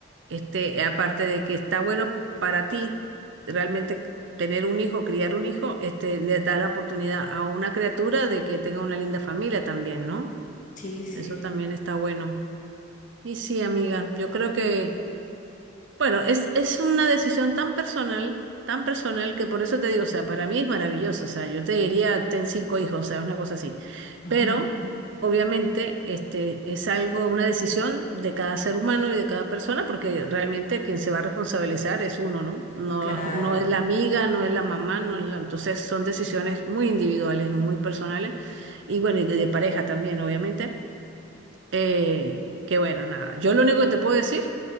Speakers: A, on the right; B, on the left.
A: este, aparte de que está bueno para ti realmente tener un hijo, criar un hijo, este, les da la oportunidad a una criatura de que tenga una linda familia también, ¿no?
B: sí, sí,
A: Eso también está bueno. Y sí, amiga, yo creo que... Bueno, es, es una decisión tan personal, tan personal, que por eso te digo, o sea, para mí es maravilloso, o sea, yo te diría, ten cinco hijos, o sea, es una cosa así.
B: <laughs> ujú,
A: Pero, obviamente, este, es algo, una decisión de cada ser humano y de cada persona, porque realmente quien se va a responsabilizar es uno, ¿no? No,
B: claro.
A: no es la amiga, no es la mamá, no es la... Entonces, son decisiones muy individuales, muy personales, y bueno, y de de pareja también, obviamente. Eh, que bueno, nada. Yo lo único que te puedo decir